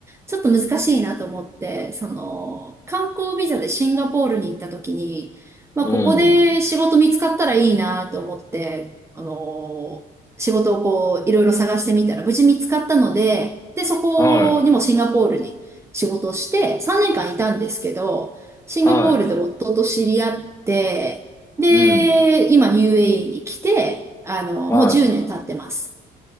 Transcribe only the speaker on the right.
ちょっと難しいなと思って、その、観光ビザでシンガポールに行った時に、まあ、
ここで仕事見つかったらいいなと思って、あの、仕事をこう、いろいろ探してみたら、無事見つかったので、で、そこにもシンガポールに仕事をして3年間いたんですけど、
シンガポールで夫と知り合って、
で、
今 UAE に来て、あの、
もう10年経ってます。